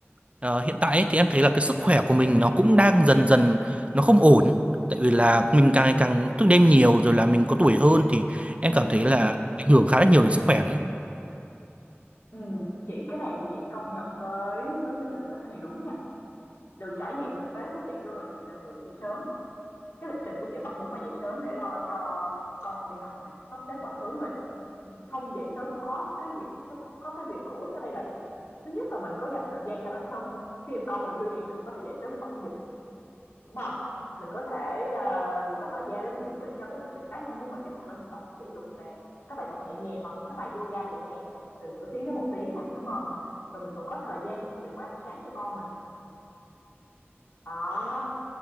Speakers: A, on the right (about 30°); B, on the left (about 75°).
A: Ờ, hiện tại ấy, thì em thấy là cái sức khỏe của mình nó cũng đang dần dần nó không ổn tại vì là mình càng ngày càng thức đêm nhiều rồi là mình có tuổi hơn thì em
B: ừ
A: cảm thấy là ảnh hưởng khá là nhiều đến sức khỏe đấy
B: ừ chị cái này thì chị công nhận với với với lượng là cái này đúng nha từ trải nghiệm thực tế của chị luôn là chị là người dậy sớm Cái lịch trình của chị bắt buộc phải dậy sớm để lo cho con đi học này, sắp xếp mọi thứ và không dậy sớm có cái việc có cái việc hữu ích ở đây là gì? Thứ nhất là mình có dành thời gian cho bản thân. Khi con mình chưa dậy thì mình có thể dậy sớm mình tập thể dục, đúng không? Mình có thể ờ, có thời gian để mình chuẩn bị cho cái lịch trình cá nhân của mình chẳng hạn là mình tập thể dục nè, các bài tập nhẹ nhàng hoặc những cái bài yoga nhẹ nhàng nè, từ nửa tiếng đến một tiếng nè, đúng không? Rồi mình còn có thời gian chuẩn bị bữa ăn sáng cho con mình nè. Đó,